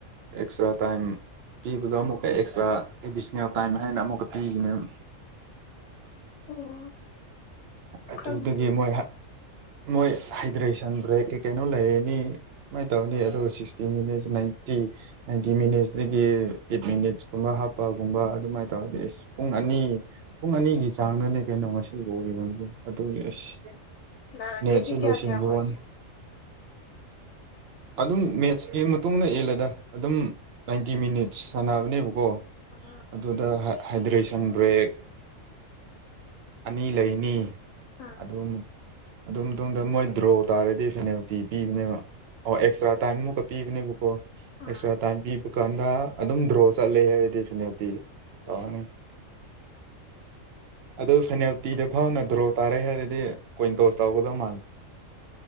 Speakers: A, on the right; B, on the left.
A: ꯑꯦꯛꯁꯇ꯭ꯔꯥ ꯇꯥꯏꯝ ꯄꯤꯕꯗꯣ ꯑꯃꯨꯛꯀ ꯑꯦꯛꯁꯇ꯭ꯔꯥ ꯑꯦꯗꯤꯁꯅꯦꯜ ꯇꯥꯏꯝ ꯍꯥꯏꯅ ꯑꯃꯨꯛꯀ ꯄꯤꯕꯅꯦꯕ
B: ꯑꯣ
A: ꯑꯗꯨꯗꯒꯤ
B: ꯈꯪꯗꯦꯗ
A: ꯃꯣꯏ ꯃꯣꯏ ꯍꯥꯏꯗ꯭ꯔꯦꯁꯟ ꯕ꯭ꯔꯦꯛ ꯀꯩ ꯀꯩꯅꯣ ꯂꯩꯔꯅꯤ ꯁꯨꯃꯥꯏꯅ ꯇꯧꯔꯅꯤ ꯑꯗꯨꯒ sixty minutes ninety ninety minutes ꯇꯒꯤ ꯑꯦꯠ ꯃꯤꯅꯤꯠꯁ ꯀꯨꯝꯕ ꯍꯥꯞꯄꯒꯨꯝꯕ ꯑꯗꯨꯃꯥꯏ ꯇꯧꯔꯗꯤ ꯑꯁ ꯄꯨꯡ ꯑꯅꯤ ꯄꯨꯡ ꯑꯅꯤꯒꯤ ꯆꯥꯡꯗꯅꯦ ꯀꯩꯅꯣ ꯉꯁꯤ ꯂꯣꯔꯤꯁꯦ ꯑꯗꯨꯒꯤ ꯑꯁ
B: ꯅꯍꯥꯟꯈꯩꯗꯤ
A: ꯅꯦꯠꯁꯨ
B: ꯀꯌꯥ
A: ꯂꯣꯏꯁꯤꯟꯕ
B: ꯀꯌꯥ ꯑꯣꯏꯒꯦ
A: ꯋꯥꯅꯤ ꯑꯗꯨꯝ ꯃꯦꯠꯁꯀꯤ ꯃꯇꯨꯡꯗ ꯏꯟꯂꯦꯗꯥ ꯑꯗꯨꯝ ꯅꯥꯏꯟꯇꯤ ꯃꯤꯅꯤꯠꯁ ꯁꯥꯟꯅꯕꯅꯦꯕꯀꯣ
B: ꯑꯣ <unintelligible>
A: ꯑꯗꯨꯗ ꯍꯥꯏꯗ꯭ꯔꯦꯁꯟ ꯕ꯭ꯔꯦꯛ ꯑꯅꯤ ꯂꯩꯅꯤ
B: ꯑꯥ
A: ꯑꯗꯨ ꯗꯨꯝ ꯗꯨ ꯃꯣꯏ ꯗ꯭ꯔꯣ ꯇꯥꯔꯗꯤ ꯄꯦꯅꯥꯜꯇꯤ ꯄꯤꯕꯅꯦꯕ ꯑꯣ ꯑꯦꯛꯁꯇ꯭ꯔꯥ ꯇꯥꯏꯝ ꯑꯃꯨꯛꯀ ꯄꯤꯕꯅꯦꯕꯀꯣ
B: ꯑꯥ
A: ꯑꯦꯛꯁꯇ꯭ꯔꯥ ꯇꯥꯏꯝ ꯄꯤ ꯗꯨꯀꯥꯟꯗ ꯑꯗꯨꯝ ꯗ꯭ꯔꯣ ꯆꯠꯂꯦ ꯍꯥꯏꯗꯤ ꯄꯦꯅꯥꯜꯇꯤ ꯇꯧꯔꯅꯤ
B: <inaudible>
A: ꯑꯗꯨ ꯐꯦꯅꯥꯜꯇꯤꯗ ꯐꯥꯎꯅ ꯗ꯭ꯔꯣ ꯇꯥꯔꯦ ꯍꯥꯏꯔꯗꯤ ꯀꯣꯏꯟ ꯇꯣꯁ ꯇꯧꯒꯗꯧ ꯃꯥꯜꯂꯦ